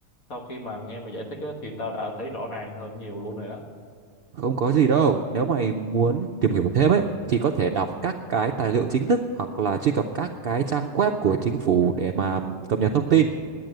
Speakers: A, on the left; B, on the right.
A: sau khi mà nghe mày giải thích á, thì tao đã thấy rõ ràng hơn nhiều luôn rồi đó
B: Không có gì đâu, nếu mày muốn tìm hiểu thêm ấy thì có thể đọc các cái tài liệu chính thức hoặc là truy cập các cái trang web của chính phủ để mà cập nhật thông tin.